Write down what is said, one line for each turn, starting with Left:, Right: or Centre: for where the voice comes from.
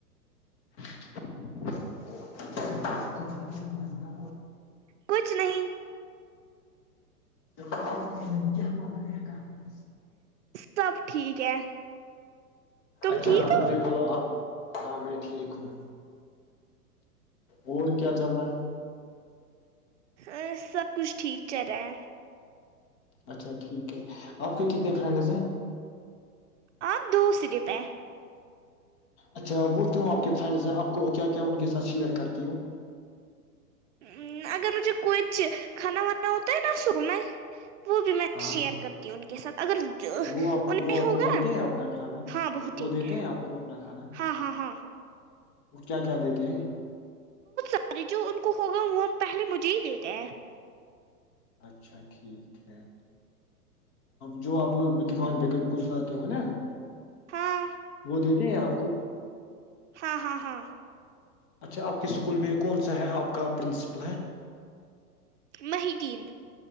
Left: <inaudible> <unintelligible>
Right: کچھ نہیں
Left: <unintelligible> <unintelligible>
Right: سب ٹھیک ہے تم
Left: اچھا
Right: ٹھیک
Left: مجھے بولو آپ ہاں میں ٹھیک ہوں اور کیا چل رہا ہے
Right: ا سب کچھ ٹھیک چل رہا ہے
Left: اچھا ٹھیک ہے آپ کے کتنے فرینڈز ہیں
Right: آ دو صرف ہے
Left: اچھا وہ کیوں آپ کے فرینڈس ہیں آپ کو کیا کیا ان کے ساتھ شیئر کرتی ہوں
Right: ہ اگر مجھے کوئیچ کھانا وانا ہوتا ہے نا سک میں وہ بھی میں
Left: ہاں
Right: شیئر کرتی ہوں ان کے ساتھ اگر انہیں
Left: وہ آپ وہ آپ
Right: ہوگا
Left: کو دیتے
Right: نا
Left: ہیں اپنا کھانا
Right: ہاں بت
Left: وہ
Right: دیتے ہیں
Left: آپ کو اپنا کھانا
Right: ہاں ہاں ہاں
Left: وہ کیا کیا دیتے ہیں؟
Right: ارے جو ان کو ہوگا وہ ہم پہلے مجھے ہی دیتے ہیں
Left: اچھا ٹھیک ہے جو آپ دکان پہ کبھی کچھ لاتے ہو نا
Right: ہاں
Left: وہت دتے ہیں آپ کو
Right: ہاں ہاں ہاں
Left: اچھا آپ کے اسکول میں کون سا ہے آپ کا پرنسپل ہے
Right: ماہیدین